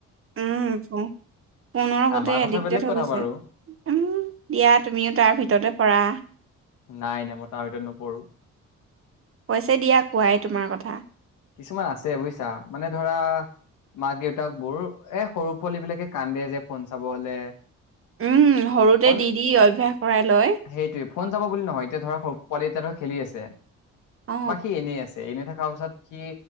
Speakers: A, on the right; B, on the left.
A: উম ফোনৰ সতে
B: আমাৰ কথা
A: এডিক্টেড
B: বেলেগ
A: হৈ
B: কথা
A: গৈছে
B: বাৰু
A: উম দিয়া তুমিও তাৰ ভিতৰতে পৰা
B: নাই নাই মই তাৰ ভিতৰত নপৰোঁ
A: কৈছে দিয়া কোৱাই তোমাৰ কথা
B: কিছুমান আছে বুজিছা মানে ধৰা মাক দেউতাক বহু এ সৰু পোৱালী বিলাকে কান্দে যে ফোন চাব হলে
A: উম সৰুতে
B: ফোন
A: দি দি অভ্যাস কৰাই লয়
B: সেইটোৱে ফোন চাব বুলি নহয় এতিয়া ধৰা সৰু পোৱাল এতিয়া ধৰা খেলি আছে
A: অ'।
B: বা সি এনেই আছে এনে থাকা তাৰ পাছত সি